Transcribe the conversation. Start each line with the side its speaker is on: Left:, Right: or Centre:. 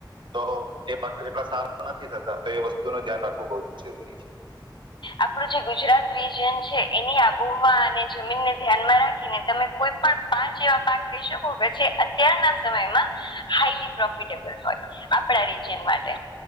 Right: તો એ પાક એટલા સારા નથી થતા તો એ વસ્તુ નું ધ્યાન રાખવું બહ જ જરૂરી છે.
Left: આપણું જે ગુજરાત રીજન છે એની આબૂવા અને જમીનને ધ્યાનમાં રાખીને તમે કોઈ પણ પાંચ એવા પાક કહી શકો કે જે અત્યારના સમયમાં હાઈલી પ્રોફિટેબલ હોય? આપડા રીજયન માટે